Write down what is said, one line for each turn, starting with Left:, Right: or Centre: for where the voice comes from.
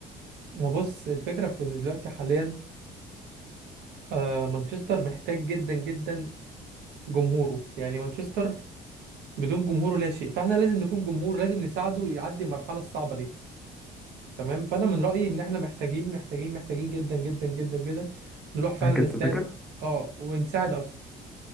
Right: ما بص الفكرة في إن دلوقتي حاليا آه مانشستر محتاج جدا جدا جمهوره يعني مانشستر بدون جمهوره لا شيء فاحنا لازم نكون جمهور لازم نساعده يعدي المرحلة الصعبة دي تمام فأنا من رأيي إن احنا محتاجين محتاجين محتاجين جدا جدا جدا جدا نروح فعلا
Centre: <laughs> هحجز
Right: الاستاد
Centre: تذاكر
Right: اه ونساعد أرسنال